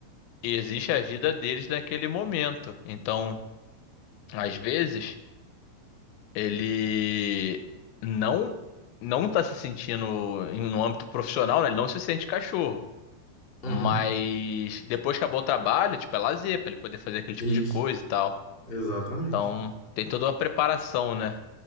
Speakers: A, on the left; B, on the left.
A: e existe a vida deles naquele momento. Então, às vezes, ele não não tá se sentindo em- no âmbito profissional, né? Ele não se sente cachorro.
B: Uhum.
A: Mas depois que acabou o trabalho, tipo, é lazer, pra ele poder fazer aquele tipo
B: Isso,
A: de coisa e tal.
B: exatamente.
A: Então, tem toda uma preparação, né?